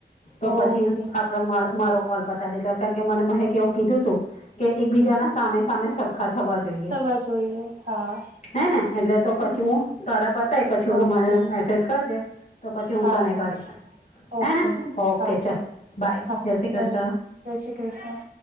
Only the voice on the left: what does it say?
તો
પછી આપડ માર મારો કોલ પતા દે કારણ કે મને મહેકે એવું કીધું તું કે એકબીજાના સામે-સામે સરખા થવા જોઈએ.
હે ને એટલે તો
પછી હું તારા પતાય પછી
તું મને મેસેજ કરજે તો પછી હું
તને
કરીશ,
હે ને ઓકે
ચલ
બાય,
જય શ્રી કૃષ્ણ.